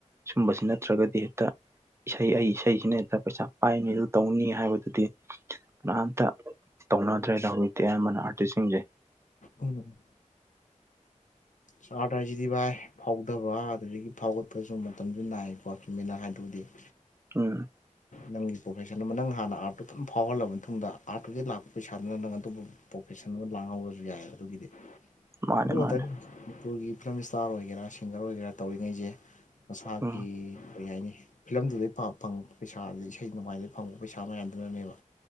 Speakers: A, on the right; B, on the left.
A: ꯁꯨꯝꯕꯁꯤ ꯅꯠꯇ꯭ꯔꯒꯗꯤ ꯍꯦꯛꯇ ꯏꯁꯩ ꯑꯩ ꯏꯁꯩꯁꯤꯅ ꯍꯦꯛꯇ ꯄꯩꯁꯥ ꯄꯥꯏꯅꯤ ꯑꯗꯨ ꯇꯧꯅꯤ ꯍꯥꯏꯕꯗꯨꯗꯤ ꯀ ꯑꯝꯇ ꯇꯧꯅꯗ꯭ꯔꯦꯗ ꯍꯧꯖꯤꯛꯇꯤ ꯑꯌꯥꯝ ꯑꯃꯅ ꯑꯥꯔꯇꯤꯁꯁꯤꯡꯁꯦ
B: ꯎꯝ ꯆꯥꯔꯗꯔꯁꯤꯗꯤ ꯚꯥꯏ ꯐꯥꯎꯗꯕ ꯑꯗꯨꯗꯒꯤ ꯐꯥꯎꯒꯠꯄꯁꯨ ꯃꯇꯝꯁꯨ ꯅꯥꯏꯀꯣ ꯁꯨꯝꯃꯤꯅ ꯍꯥꯏꯗꯨꯕꯨꯗꯤ <inaudible>
A: ꯎꯝ
B: ꯅꯪꯒꯤ ꯄ꯭ꯔꯣꯐꯦꯁꯟ ꯑꯃ ꯅꯪ ꯍꯥꯟꯅ ꯑꯥꯔꯠꯇꯨ ꯑꯗꯨꯝ ꯐꯥꯎꯍꯜꯂꯕ ꯃꯇꯨꯡꯗ ꯑꯥꯔꯠꯇꯨꯒꯤ ꯂꯥꯛꯄ ꯄꯩꯁꯥꯗꯨꯅ ꯅꯪ ꯑꯇꯣꯞꯄ ꯄ꯭ꯔꯣꯐꯦꯁꯟ ꯑꯃ ꯂꯥꯡꯍꯧꯔꯁꯨ ꯌꯥꯏꯑꯕ ꯑꯗꯨꯒꯤꯗꯤ
A: ꯃꯥꯅꯦ
B: ꯑꯗꯨ ꯉꯛꯇꯅꯤ
A: ꯃꯥꯅꯦ
B: ꯃꯅꯤꯄꯨꯔꯒꯤ ꯐꯤꯂꯝ ꯏꯁꯇꯥꯔ ꯑꯣꯏꯒꯦꯔꯥ ꯁꯤꯡꯒꯔ ꯑꯣꯏꯒꯦꯔꯥ ꯇꯧꯔꯤꯉꯩꯁꯦ ꯃꯁꯥꯒꯤ
A: ꯎꯝ
B: ꯀꯩ ꯍꯥꯏꯅꯤ ꯐꯤꯂꯝꯗꯨꯗꯩ ꯐꯪ ꯄꯩꯁꯥ ꯑꯗꯩ ꯏꯁꯩ ꯅꯣꯡꯉꯥꯏꯩ ꯐꯪꯕ ꯄꯩꯁꯥ ꯃꯌꯥꯝꯗꯨꯅꯅꯦꯕ